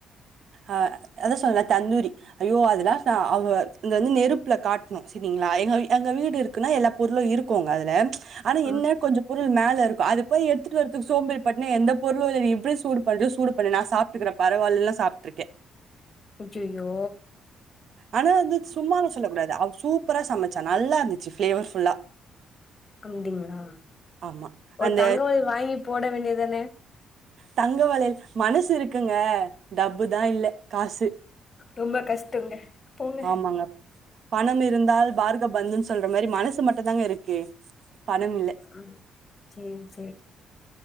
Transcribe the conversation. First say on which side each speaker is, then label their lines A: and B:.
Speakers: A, on the right (about 60°); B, on the left (about 35°).
A: அ அதா சொன்ன தண்ணுரி ஐயோ அதுல்லா அவ இங்க வந்து நெருப்புல காட்ணு சேரிங்களா எங்க எங்க வீடு இருக்குன்னா எல்லா பொருளு இருக்குங்க அதுல ஆனா என்ன
B: ம்
A: கொஞ்ச பொருள் மேல இருக்கு அது போய் எடுத்துட்டு வறது சோம்பி பட்டுன் எந்த பொருளு எப்டி சூடு பண்ற சூடு பண்ணு நா சாப் ட்ருக்குற பரவால்லலா சாப்ட்ருக்கே
B: அச்யய்யோ
A: ஆனா வந்து சும்மாலா சொல்ல கூடாது அ சூப்பரா சமைச்சா நல்லா இருந்துச்சு ஃபிளேவர் ஃபுல்லா
B: அப்படிங்ளா
A: ஆமா.
B: ஒரு
A: அந்த
B: தங்க வளையல் வாங்கி போட வேண்டியதான
A: தங்க வளையல் மனசு இருக்குங்க டப்பு தா இல்ல காசு
B: ரொம்ப கஷ்டங்க போங்க
A: ஆமாங்க பணம் இருந்தால் பார்க பந்துன் சொல்ற மாரி மனசு மட்டுந்தாங்க இருக்கு பணம் இல்ல.
B: ம் சேரி சேரி